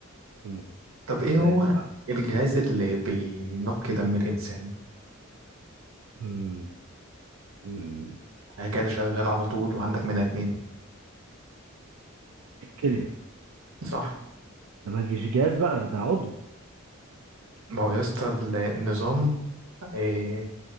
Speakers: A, on the right; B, on the right.
A: مم.
B: طب
A: اللي
B: ايه هو الجهاز اللي بينقي دم الانسان
A: مم. مم.
B: حاجة كده شغال على طول وعندك منها اتنين
A: الكلية
B: صح
A: ده ما يجيش جهاز بقى ده عضو
B: ما هو يا اسطى النظام إيه